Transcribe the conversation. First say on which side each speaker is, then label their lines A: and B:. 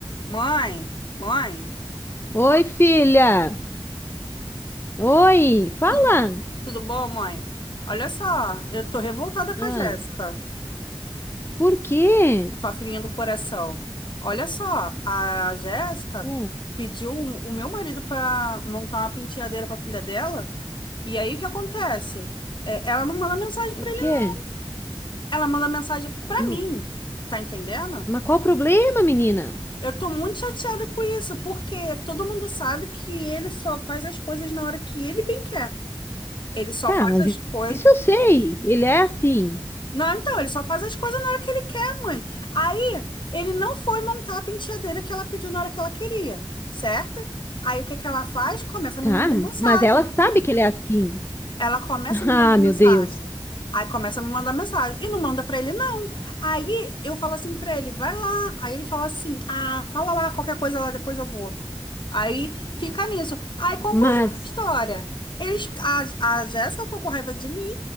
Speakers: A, on the left; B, on the left.
A: Mãe, mãe,
B: Oi, filha. Oi, fala.
A: tudo, tudo bom, mãe? Olha só, eu tô revoltada com
B: Ah,
A: a Jéssica,
B: por quê?
A: sua filhinha do coração. Olha só, a Jéssica
B: Ah,
A: pediu o o meu marido para montar uma penteadeira para filha dela, e aí o que acontece? É, ela não manda mensagem
B: o
A: para ele,
B: quê?
A: não. ela manda mensagem para
B: Hum,
A: mim, tá entendendo?
B: Mas qual o problema, menina?
A: Eu tô muito chateada com isso, porque todo mundo sabe que ele só faz as coisas na hora que ele bem quer. Ele só
B: Tá,
A: faz
B: mas
A: as
B: i-
A: coisas.
B: isso eu sei. Ele é assim.
A: Não, então, ele só faz as coisas na hora que ele quer, mãe. Aí, ele não foi montar a penteadeira que ela pediu na hora que ela queria, certo? Aí, o que que ela faz? Começa a
B: Tá,
A: me mandar mensagem.
B: mas ela sabe que ele é assim.
A: Ela começa
B: <laughs>
A: a me mandar
B: Ah, meu
A: mensagem.
B: Deus.
A: Aí, começa a me mandar mensagem. E não manda pra ele, não. Aí, eu falo assim pra ele, vai lá. Aí, ele fala assim, ah, fala lá, qualquer coisa lá, depois eu vou. Aí, fica nisso. Aí, conclusão
B: Mas,
A: da história. Eles, a, a Jéssica ficou com raiva de mim.